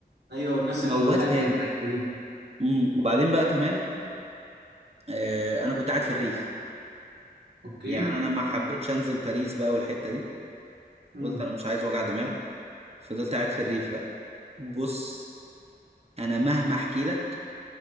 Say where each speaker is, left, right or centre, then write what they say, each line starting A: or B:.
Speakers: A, on the right; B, on the right.
A: ايوه والناس
B: وموال
A: الهاديه
B: تاني
A: الرايقه دي
B: مم. وبعدين بقى كمان آه أنا كنت قاعد في الريف
A: اوكي
B: يعني أنا ما حبيتش أنزل باريس بقى والحتة دي
A: امم
B: قلت أنا مش عايز وجع دماغ فضلت قاعد في الريف بقى بص أنا مهما أحكي لك